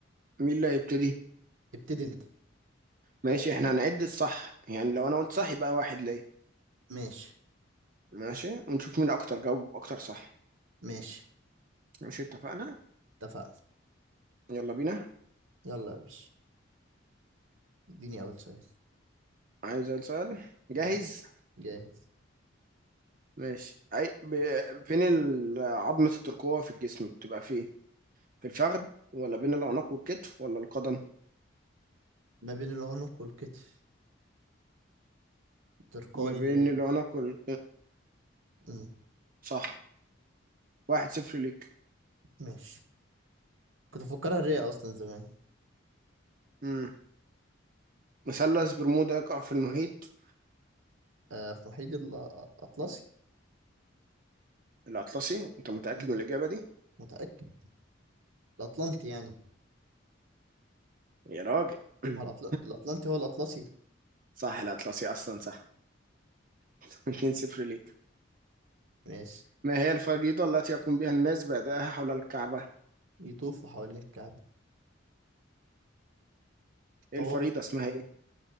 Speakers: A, on the right; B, on the right.
A: مين اللي هيبتدي
B: ابتدي انت
A: ماشي احنا هنعد الصح يعني لو انا قلت صح يبقى واحد ليا
B: ماشي
A: ماشي ونشوف مين اكتر جاوب اكتر صح
B: ماشي
A: ماشي اتفقنا
B: اتفقنا
A: يلا بينا
B: يلا يا باشا اديني اول سؤال
A: عايز أقول سؤال جاهز
B: مم. جاهز
A: ماشي اي ب... فين ال- عظمة الترقوة في الجسم بتبقى فين في الفخذ ولا بين العنق والكتف ولا القدم
B: ما بين العنق والكتف ترقادي
A: ما بين
B: اللي هي
A: العنق
B: دي.
A: وال
B: مم.
A: صح واحد صفر ليك
B: ماشي كنت افكرها الرئه اصلا زمان
A: مم. مثلث برمودا يقع في المحيط
B: آه في محيط الاطلسي
A: الأطلسي أنت متأكد
B: مم.
A: من الإجابة دي؟
B: متاكد الأطلنطي يعني
A: يا راجل <clears throat>
B: ما هو الأطل... الأطلنطي هو الأطلسي
A: صح الأطلسي أصلا صح <laughs> اتنين صفر ليك
B: ماشي
A: ما هي الفريضة التي يقوم بها الناس بأدائها حول الكعبة؟
B: يطوفوا حوالين الكعبة طواف
A: إيه الفريضة اسمها إيه؟